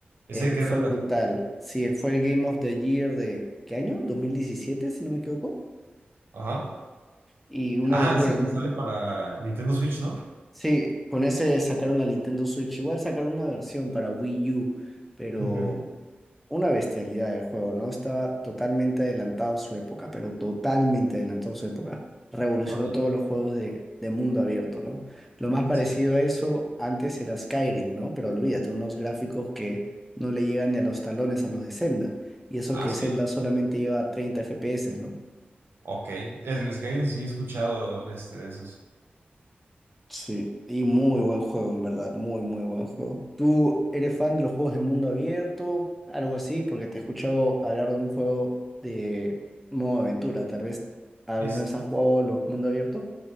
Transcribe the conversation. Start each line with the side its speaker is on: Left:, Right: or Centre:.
Right: ¿Ese
Centre: Eh,
Right: de qué
Centre: fue
Right: trata?
Centre: brutal. Sí, él fue el Game of the Year de, ¿qué año? 2017, si no me equivoco.
Right: Ajá.
Centre: Y una
Right: Ah,
Centre: locura,
Right: es el
Centre: ¿no?
Right: que sale para Nintendo Switch, ¿no?
Centre: Sí, con ese sacaron la Nintendo Switch. Igual sacaron una versión para Wii U, pero
Right: Ujú.
Centre: una bestialidad del juego, ¿no? Estaba totalmente adelantado a su época, pero totalmente adelantado a su época. Revolucionó
Right: Órale.
Centre: todos los juegos de, de mundo abierto, ¿no? Lo más parecido
Right: Sí.
Centre: a eso antes era Skyrim, ¿no? Pero olvídate, unos gráficos que no le llegan ni a los talones a los de Zelda. Y eso
Right: Ah,
Centre: que
Right: sí.
Centre: Zelda solamente iba a 30 FPS, ¿no?
Right: Ok. El Skyrim sí he escuchado este, de esos.
Centre: Sí, y muy buen juego, en verdad, muy, muy buen juego. ¿Tú eres fan de los juegos de mundo abierto? Algo así, porque te he escuchado hablar de un juego de modo aventura. Tal vez alguna
Right: Es,
Centre: vez has jugado los mundo abierto.